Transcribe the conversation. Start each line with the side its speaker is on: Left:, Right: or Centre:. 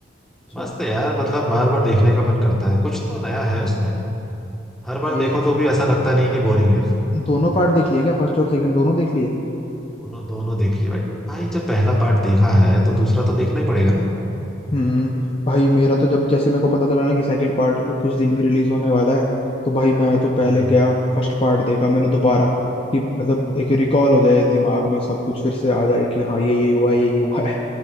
Left: अच्छा
Centre: मस्त है यार मतलब बार बार देखने का मन करता है कुछ तो नया है उसमें हर
Left: भाई
Centre: बार देखो तो भी ऐसा लगता नहीं है कि बोरिंग है
Left: दोनों पार्ट देख लिए क्या फर्स्ट और सेकंड दोनों देख लिए
Centre: दोनों दोनों देखिए भाई भाई जब पहला पार्ट देखा है तो दूसरा तो देखना ही पड़ेगा ना
Left: हम्म भाई मेरा तो जब जैसे मेरे को पता चला ना कि सेकंड पार्ट कुछ दिन में रिलीज होने वाला है तो भाई मैं तो पहले
Centre: हम्म
Left: गया फर्स्ट पार्ट देखा मैंने दोबारा कि मतलब एक रिकॉल हो जाए दिमाग में सब कुछ फिर से आ जाए कि हाँ ये ये हुआ है ये ये हुआ है